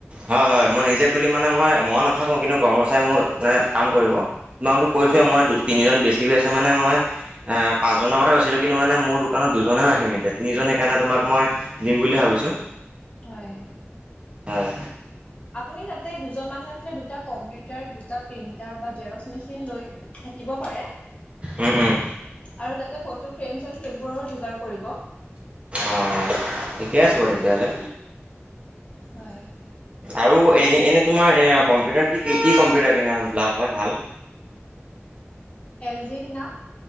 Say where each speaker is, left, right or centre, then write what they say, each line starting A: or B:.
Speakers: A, on the right; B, on the left.
A: হয় হয় মই নিজে খুলি মানে মই মই নাথাকো কিন্তু কৰ্মচাৰী মোৰ মানে কাম কৰিব তোমাকটো কৈছোয়ে
B: হয়
A: মই
B: হয়
A: তিনিজন বেছি হৈ আছে মানে মই অ পাঁচজনৰ কথা কৈছিলো কিন্তু মানে মোৰ দোকানত দুজনহে ৰাখিম এতিয়া তিনিজনে সেইকাৰণে তোমাক মই দিম বুলি ভাবিছোঁ
B: হয়
A: হয়
B: আপুনি তাতে দুজন মানুহ আছিলে দুটা কম্পিউটাৰ দুটা প্ৰিন্টাৰ বা জেৰক্স মেচিন লৈ থাকিব পাৰে
A: উম উম
B: আৰু তাতে ফটো ফ্ৰেম- চেম সেইবোৰৰো যোগাৰ কৰিব।
A: অ থিকে আছে বাৰু তেতিয়াহলে।
B: হয়
A: আৰু এনে এনে তোমাৰ এ কম্পিউটাৰ কি কি কি কম্পিউটাৰ কি লাভ হয় ভাল?
B: এল জি কিনা,